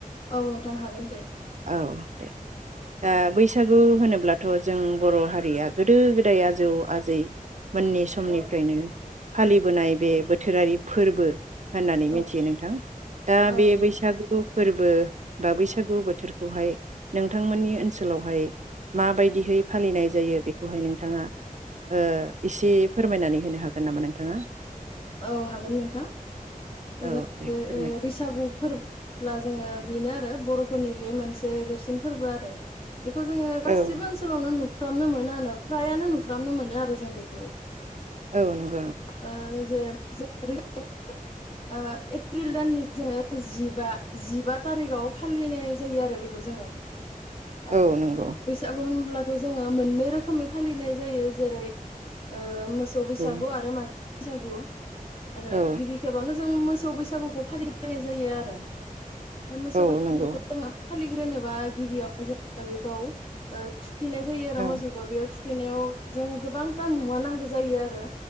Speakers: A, on the left; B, on the right.
A: औ नोंथां हागोन दे
B: औ दे दा बैसागु होनोब्लाथ' जों बर' हारिया गोदो गोदाय आजौ आजै मोननि समनिफ्रायनो
A: औ
B: फालिबोनाय बे बोथोरारि फोरबो होननानै
A: औ
B: मिथियो नोंथां दा
A: औ
B: बे
A: नंगौ
B: बैसागुखौ
A: नोंथां
B: फोरबो बा बैसागु बोथोरखौहाय नोंथांमोननि ओनसोलावहाय माबायदिहै फालिनाय जायो बेखौहाय नोंथाङा ओ एसे फोरमायनानै होनो हागोन नामा नोंथाङा?
A: औ हागोन नोंथां
B: औ
A: जो
B: दे
A: ओ
B: फोरमायदो
A: ओ बैसागु फोर ब्ला जोङो बेनो आरो बर'फोरनि बे मोनसे देरसिन फोरबो आरो बेखौ जोङो
B: औ
A: गासिबो ओनसोलावनो नु फ्रामनो मोनो आनो फ्रायानो नुफ्रामनो मोनो आरो जों बेखौ
B: औ नों
A: ओ जे <unintelligible> ओ एप्रिल दाननि जोङो जिबा जिबा थारिखआव फालिनाय जायो आरो बेखौ जोङो आरो
B: औ नंगौ
A: बैसागु होनब्ला ज जोङो मोननै रोखोमनि फालिनाय जायो जेरै ओ मोस सौ बैसागु
B: औ
A: आरो मा बैसागु आरो
B: औ
A: गिबि खेबानो जों मोसौ बैसागुखौ फालिग्रोनाय जायो आरो ए मोसौ
B: औ
A: बै
B: नंगौ
A: <unintelligible> गुखौ जोङो फालिग्रोनोबा गिबियाव <unintelligible> बेखौ ओ गिनाय जायो आरो
B: औ
A: मोसौखौ बेयाव थु खैनायाव जों गोबां दाम मुवा नांगौ जायो आरो